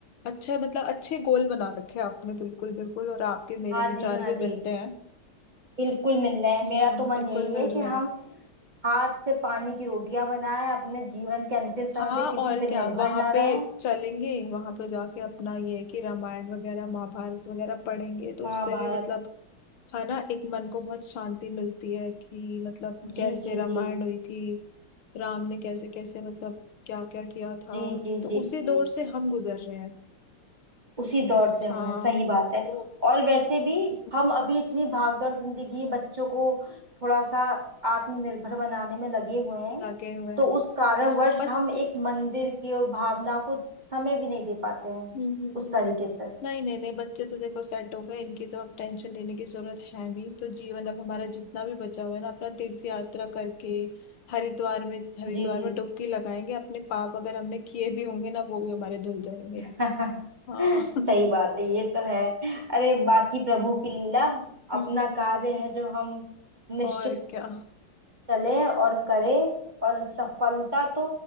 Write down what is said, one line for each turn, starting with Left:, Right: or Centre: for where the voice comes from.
Left: अच्छे मतलब अच्छे गोल बना रखे हैं आपने बिल्कुल बिल्कुल और आपके मेरे
Right: हाँ
Left: विचार
Right: जी हाँ
Left: भी
Right: जी
Left: मिलते हैं
Right: बिल्कुल मिलना है
Left: हम्म
Right: मेरा तो मन
Left: बिल्कुल
Right: यही है
Left: मिल
Right: कि
Left: रहे
Right: हम
Left: हैं
Right: हाथ से पानी की रोटियां बनाएं अपने जीवन के अंतिम समय
Left: हाँ
Right: पे किसी
Left: और
Right: पे निर्भर
Left: क्या वहां
Right: ना
Left: पे
Right: रहें
Left: चलेंगे वहां पे जाके अपना ये है कि रामायण वगैरह महाभारत वगैरह पढ़ेंगे तो
Right: महाभारत
Left: उससे भी मतलब है ना एक मन को बहुत शांति मिलती है कि मतलब कैसे
Right: जी जी
Left: रामायण
Right: जी
Left: हुई थी राम ने कैसे कैसे मतलब क्या क्या किया था
Right: जी जी
Left: तो
Right: जी जी
Left: उसी दौर
Right: जी
Left: से हम गुजर रहे हैं
Right: उसी दौर से हमें
Left: हाँ
Right: सही बात है
Left: तो
Right: और वैसे भी
Left: हम्म,
Right: हम अभी इतनी भागदौड़ जिंदगी बच्चों को थोड़ा सा आत्मनिर्भर बनाने में लगे हुए हैं
Left: लगे हुए हैं
Right: तो उस कारणवश
Left: बट
Right: हम एक मंदिर की भावना को समय भी नहीं दे पाते हैं
Left: हम्म हम्म,
Right: उस
Left: हम्म।
Right: तरीके से
Left: नहीं नहीं नहीं बच्चे तो देखो सेट हो गए इनकी तो अब टेंशन लेने की जरूरत है नहीं तो जीवन अब हमारा जितना भी बचा हुआ है ना अपना तीर्थ यात्रा करके हरिद्वार में हरिद्वार
Right: जी जी
Left: में डुबकी लगाएंगे अपने पाप अगर हमने किए भी होंगे ना वो भी हमारे धुल जाएंगे
Right: <laughs>
Left: हाँ <laughs>
Right: सही
Left: हम्म
Right: बात है ये तो है अरे बाकी प्रभु की लीला
Left: हम्म
Right: अपना
Left: हम्म
Right: कार्य
Left: हम्म।
Right: है जो हम निश्चित
Left: और क्या
Right: चले और करें और सफलता तो